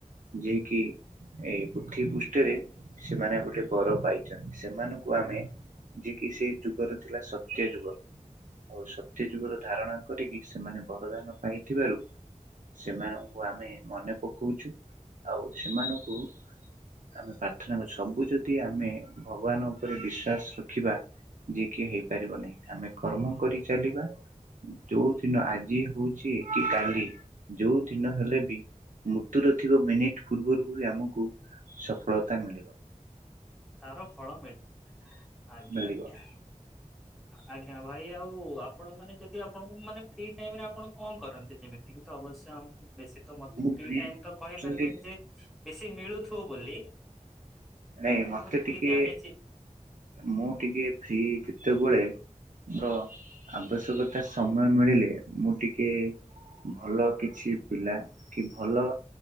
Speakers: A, on the right; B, in the centre.
A: ଯଏକି ଏଇ ପୃଥିବୀ ପୃଷ୍ଠରେ, ସେମାନେ ଗୋଟେ ବର ପାଇଛନ୍ତି। ସେମାନଙ୍କୁ ଆମେ ଯିଏ କିି, ସେ ଯୁଗର ଥିଲା, ସତ୍ୟ ଯୁଗ। ଆଉ ସତ୍ୟ ଯୁଗର ଧାରଣା କରିକି, ସେମାନେ ବରଦାନ ପାଇଥିବାରୁ ସେମାନଙ୍କୁ ଆମେ, ମନେ ପକାଉଛୁ। ଆଉ ସେମାନଙ୍କୁ ଆମେ ପ୍ରାର୍ଥନା କରୁଛୁ। ସବୁ ଯଦି ଆମେ ଭଗବାନ ଉପରେ ବିଶ୍ଵାସ ରଖିବା ଯିଏ କିିଏ ହେଇପାରିବ ନାହିଁ। ଆମେ କର୍ମ କରି ଚାଲିବା। ଯୋଉ ଦିନ ଆଜି ଯଏ ହଉଛି। କି କାଲି, ଯୋଉ ଦିନ ହେଲେ ବି ମୃତ୍ୟୁର ଥିବା ମିନିଟ୍ ପୂର୍ବରୁ ବି ଆମକୁ ସଫଳତା ମିଳିବ।
B: ତାର ଫଳ ମି ଆଜ୍ଞା,
A: ମିଳିବ
B: ଆଜ୍ଞା। ଆଜ୍ଞା ଭାଇ ଆଉ ଆପଣ ମାନେ ଯଦି ଆପଣଙ୍କୁ ମାନେ ଫ୍ରି ଟାଇମ ରେ ଆପଣ କଣ କରନ୍ତି। ଯେମିତିକି ତ ଅବଶ୍ୟ ଆମକୁ ବେଶୀ ତ ମତେ
A: ମୁଁ
B: ଫ୍ରି ଟାଇମ୍ ତ କହିପାରିବିନି
A: ଆକ୍ଚୁଆଲି
B: ଯେ ବେଶୀ ମିଳୁଥିବ ବୋଲି।
A: ନାଇଁ
B: କାହିଁକିନା
A: ମତେ
B: ମୁଁ ଯେତିକି
A: ଟିକେ
B: ଜାଣିଛି
A: ମୁଁ ଟିକେ ଫି କେତେବେଳେ ତ ଆବଶ୍ୟକତା ସମୟ ମିଳିଲେ ମୁଁ ଟିକେ ଭଲ କିଛି ପିଲା କି ଭଲ